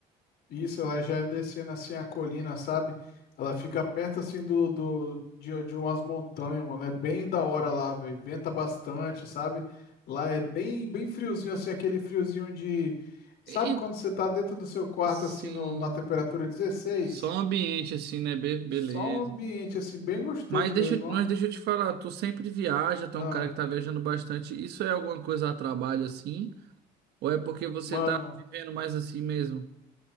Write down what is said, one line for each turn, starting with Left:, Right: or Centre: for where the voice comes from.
Left: Isso, ela já é descendo assim a colina, sabe? Ela fica perto assim do, do de, de umas montanhas, mano. É bem da hora lá, velho. Venta bastante, sabe? Lá é bem bem friozinho assim, aquele friozinho de sabe
Right: E,
Left: quando você tá dentro do seu quarto
Right: sim.
Left: assim no, na temperatura dezesseis,
Right: Só um ambiente assim, né? Be- beleza.
Left: Só um ambiente assim bem gostoso
Right: Mas deixa,
Left: mesmo,
Right: eu-
Left: ó.
Right: mas deixa eu te falar, tu sempre viaja, tu
Left: Ah,
Right: é um cara que tá viajando bastante. Isso é alguma coisa a trabalho assim? Ou é porque você
Left: mano,
Right: tá vivendo mais assim mesmo?